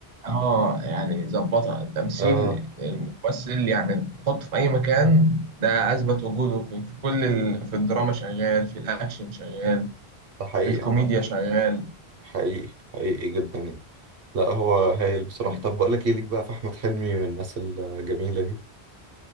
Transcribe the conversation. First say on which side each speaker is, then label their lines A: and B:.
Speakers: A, on the right; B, on the right.
A: اه يعني ظبطها تمثيل
B: اه
A: الممثل يعني تحطه في اي مكان ده اثبت وجوده في, في كل ال... في الدراما شغال في الاكشن شغال
B: ده حقيقي
A: في الكوميديا
B: عامة
A: شغال
B: حقيقي حقيقي جدا يعني لا هو هايل بصراحة
A: إيه،
B: طب بقول لك ايه ليك بقى في احمد حلمي والناس الجميلة دي